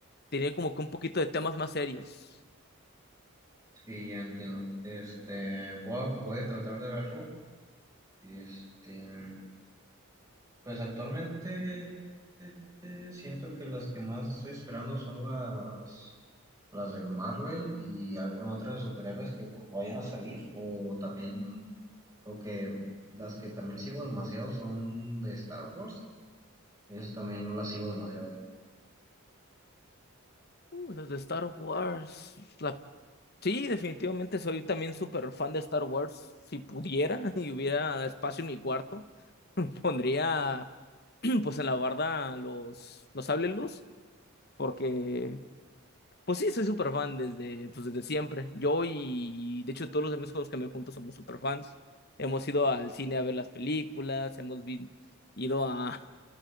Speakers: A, on the left; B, on the right.
A: Tiene como que un poquito de temas más serios.
B: Sí, ya entiendo. Este, voy a, voy a tratar de verlo. Este. Pues actualmente eh, eh, siento que las que más estoy esperando son las, las de Marvel y alguna otra de superhéroes que vayan a salir. O también lo que las que también sigo demasiado son de Star Wars. Eso también las sigo demasiado.
A: Uh, las de Star Wars. la- Sí, definitivamente soy también súper fan de Star Wars. Si pudiera <laughs> y hubiera espacio en mi cuarto, <laughs> pondría <clears throat> pues en la barda los, los sables luz, porque Pues sí, soy súper fan desde, pues desde siempre. Yo y de hecho todos los amigos con los que me junto somos súper fans. Hemos ido al cine a ver las películas, hemos vi- ido a,